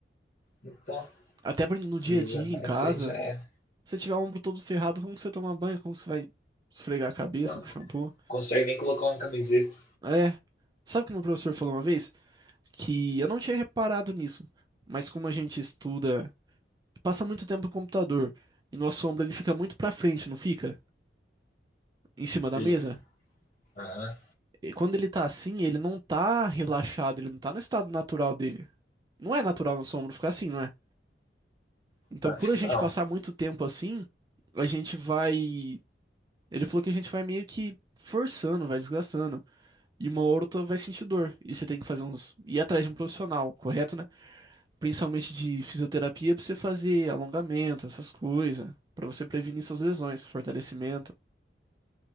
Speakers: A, on the left; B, on the right.
A: Então,
B: Até pra- no
A: se
B: dia
A: lesionar
B: a dia, em casa.
A: isso aí já era.
B: Se você tiver o ombro todo ferrado, como que você toma banho? Como que você vai esfregar a cabeça
A: Então,
B: com shampoo?
A: consegue nem colocar uma camiseta.
B: É. Sabe o que meu professor falou uma vez? Que eu não tinha reparado nisso, mas como a gente estuda, passa muito tempo no computador e nosso ombro ele fica muito pra frente, não fica? Em cima
A: Fica.
B: da mesa?
A: Aham.
B: E quando ele tá assim, ele não tá relaxado, ele não tá no estado natural dele. Não é natural nosso ombro ficar assim, não é? Então,
A: Uhum. Acho
B: por a
A: que
B: gente
A: não.
B: passar muito tempo assim, a gente vai. Ele falou que a gente vai meio que forçando, vai desgastando. E uma hora ou outra vai sentir dor. E você tem que fazer uns. ir atrás de um profissional, correto, né? Principalmente de fisioterapia, pra você fazer alongamento, essas coisas. Pra você prevenir suas lesões, fortalecimento.